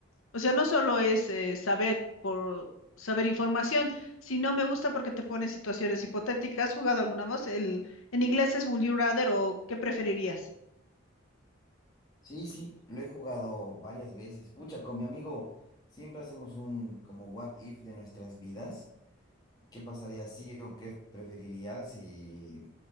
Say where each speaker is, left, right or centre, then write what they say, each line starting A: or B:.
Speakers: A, on the left; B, on the left.
A: o sea, no solo es eh, saber por saber información, sino me gusta porque te pone en situaciones hipotéticas. ¿Has jugado alguna voz? El, en inglés es Would you rather o ¿qué preferirías?
B: Sí, sí, lo he jugado varias veces. Pucha, con mi amigo siempre hacemos un como what if de nuestras vidas. ¿Qué pasaría si o qué preferirías si